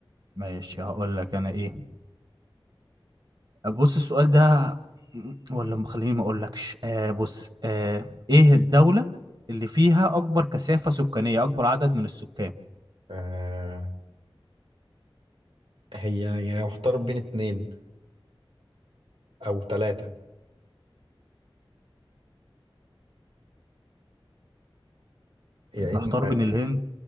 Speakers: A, on the right (about 50°); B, on the right (about 80°).
A: ماشي هقول لك انا ايه بص السؤال ده ولا م- خليني ما اقولكش آه بص آه ايه الدولة اللي فيها اكبر كثافة سكانية اكبر عدد من السكان
B: آه هي يعني محتار بين اتنين او تلاتة يا
A: محتار
B: اما
A: بين الهند